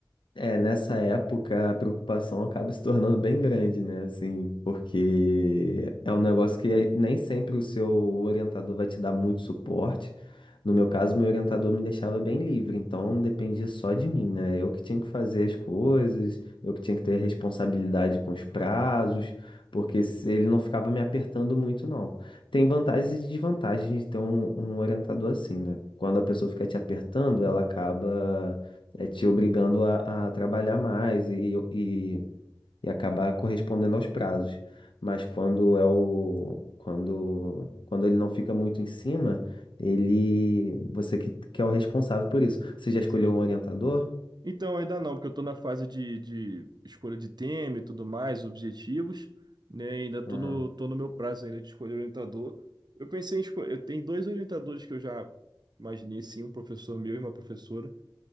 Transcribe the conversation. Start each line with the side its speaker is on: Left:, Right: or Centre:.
Left: É, nessa época a preocupação acaba se tornando bem grande, né? Assim, porque é um negócio que nem sempre o seu orientador vai te dar muito suporte. No meu caso, meu orientador me deixava bem livre, então dependia só de mim, né? Eu que tinha que fazer as coisas, eu que tinha que ter responsabilidade com os prazos, porque se- ele não ficava me apertando muito, não. Tem vantagens e desvantagens de ter um, um orientador assim, né? Quando a pessoa fica te apertando, ela acaba é te obrigando a, a trabalhar mais e, e, e acabar correspondendo aos prazos. Mas quando é o quando quando ele não fica muito em cima, ele você que, que é o responsável por isso. Você já escolheu
Right: Sim.
Left: um orientador?
Right: Então, ainda não, porque eu estou na fase de, de escolha de tema e tudo mais, objetivos, né? Ainda estou
Left: Ah,
Right: no, tô no meu prazo ainda de escolher orientador. Eu pensei em escolher, eu tenho dois orientadores que eu já imaginei, sim, um professor meu e uma professora.